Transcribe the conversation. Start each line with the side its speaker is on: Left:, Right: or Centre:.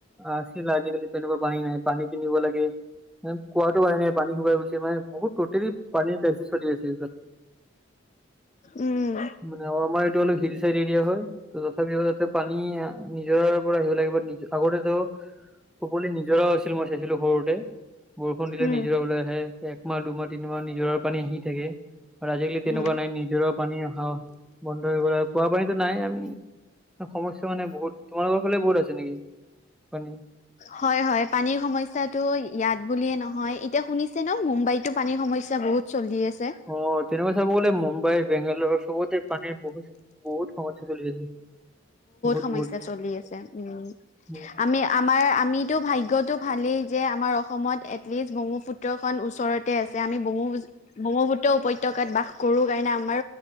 Centre: আছিল, আজিকালি তেনেকুৱা পানী নাই, পানী কিনিব লাগে। কুঁৱাতো পানী নাই, পানী শুকাই গৈছে মানে বহুত টোটৈলি পানী চলি আছে
Left: উম
Centre: মানে আমাৰ এইটো অলপ হিল এৰিয়া হয়। ত তথাপিও যাতে পানী নিজৰ পৰা আহিব লাগে বা নিজ আগতে তো। সকলো নিজৰ আছিল, মই চাইছিলো সৰুতে বৰষুণ দিলে
Left: উম
Centre: নিজৰা ওলাই আহে, একমাহ, দুমাহ, তিনিমাহ নিজৰা পানী শিত থাকে আৰু আজিকালি তেনেকুৱা
Left: উম
Centre: নাই নিজৰাও পানী অহাও বন্ধ এইব আৰু খোৱা পতিটো নাই আমি। সমস্যা মানে বহুত তোমাৰলোকৰ ফালে বহুত আছে নেকি পানী।
Left: হয় হয়। পানীৰ সমস্যাটো ইয়াত বুলিয়ে নহয়। এতিয়া শুনিছে ন'? মুম্বাইতো পানীৰ সমস্যা বহুত চলি আছে।
Centre: অ' তেনেকুৱা চাব গলে গ'লে মুম্বাই বেংগলৰ চবতে পানীৰ বহুত বহুত সমস্যা চলি আছে বহুত
Left: সমস্যা
Centre: বহুত।
Left: চলি আছে উম
Centre: উম
Left: আমি আমাৰ আমিতো ভাগ্যটো ভালেই যে আমাৰ অসমত এটলিষ্ট ব্ৰহ্মপুত্ৰখন ওচৰত ইয়াতে আছে। আমি ব্ৰক্ষ্মপু-ব্ৰহ্মপুত্ৰ উপত্যকাত বাস কৰোঁ কাৰণে, আমাৰ